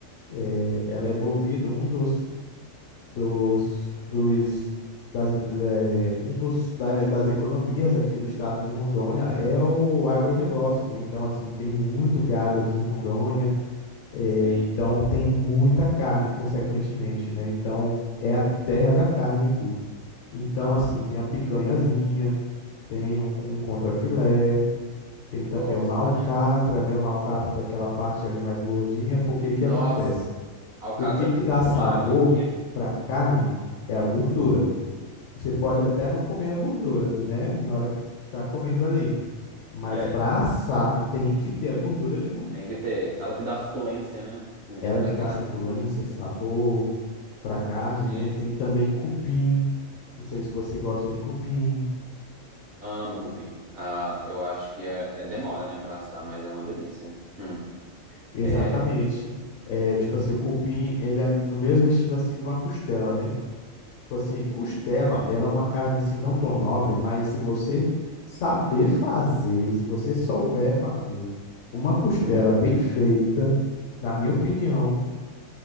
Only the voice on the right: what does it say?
Uhum.
Sim,
amo,
gosto
também.
Nossa,
Alcatra
com alho e queijo.
Uhum.
É,
tem que ter. Ela que dá a suculência, né? Hum,
da
carne.
Hum,
sim.
Amo cupim. Ah, eu acho que é, é- demora, né, pra assar, mas é uma delícia. Hum,
é,
hum,
uhum,
hum.